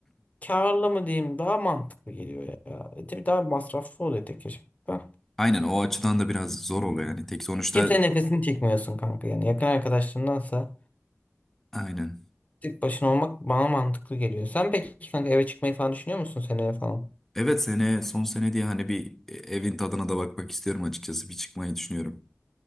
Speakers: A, on the left; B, in the centre.
A: karlı mı diyeyim daha mantıklı geliyor ya. E, tabii daha masraflı oluyor tek yaşamak da.
B: Aynen o açıdan da biraz zor oluyor yani. Tek sonuçta
A: Kimsenin nefesini çekmiyorsun kanka yani yakın arkadaşlarındansa
B: aynen.
A: Tek başına olmak bana mantıklı geliyor. Sen peki kanka eve çıkmayı falan düşünüyor musun seneye falan?
B: Evet sene son sene diye hani bir evin tadına da bakmak istiyorum açıkçası. Bir çıkmayı düşünüyorum.